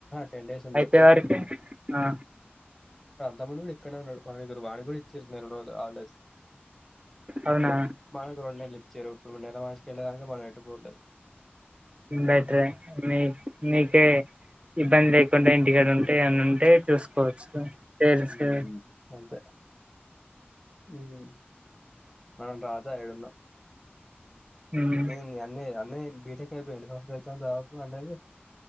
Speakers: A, in the centre; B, on the right (about 30°).
A: టెన్ డేస్ ఉన్నాడు
B: అయిపోయే వరకి ఆ
A: తమ్ముడు గుడ ఇక్కడనే ఉన్నడు, వాని దగ్గర వాని గుడ ఇచ్చిర్రు నెల రోజులు హాలిడేస్
B: అవునా
A: మనకు రెండు నెలలిచ్చిర్రు ఇప్పుడు నెల మాసిక ఎళ్ళేదాకా వాళ్ళు మనం ఎటు పోవుల్లేదు.
B: బెటరే మీ మీకే
A: ఉమ్,
B: ఇబ్బంది లేకుండా ఇంటికాడ ఉంటే అన్ అంటే చూసుకోవచ్చు పేరెంట్స్
A: హ
B: కి
A: అంతే ఉమ్ మనం రాధా ఎడున్నా
B: మ్మ్
A: ఏంది అన్నయ అన్నయ్య బీటెక్ అయిపోయి ఎన్ని సంవత్సరలు అయితాంది దాదాపు అన్నయది?